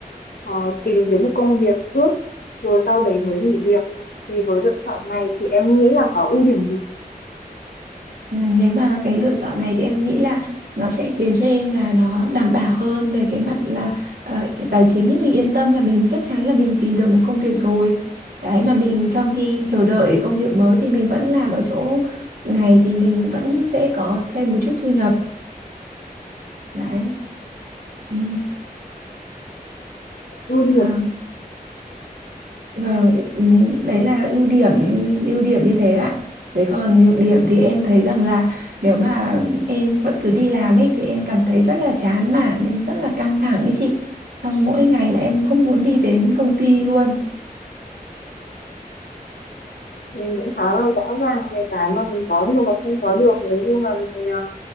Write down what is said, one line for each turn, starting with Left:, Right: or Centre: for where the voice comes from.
Left: ờ, tìm kiếm một công việc trước rồi sau đấy mới nghỉ việc thì với lựa chọn này thì em nghĩ là có ưu điểm gì
Right: à, nếu mà cái lựa chọn này thì em nghĩ là nó sẽ khiến cho em là nó đảm bảo hơn về cái mặt là ờ, tài chính ấy mình yên tâm là mình chắc chắn là mình tìm được một công việc rồi đấy mà mình trong khi chờ đợi công việc mới thì mình vẫn làm ở chỗ này thì mình vẫn sẽ có thêm một chút thu nhập đấy ừ,
Left: ưu điểm
Right: vâng Vâng, ừm, đấy là ưu điểm ưu điểm như thế ạ. Đấy còn nhược điểm thì em thấy rằng là nếu mà em vẫn cứ đi làm ấy thì em cảm thấy rất là chán nản, em rất là căng thẳng ấy chị. Xong mỗi ngày là em không muốn đi đến công ty luôn.
Left: mình cũng khá là rõ ràng về cái mà mình có được và không có được nếu như mà mình ờ,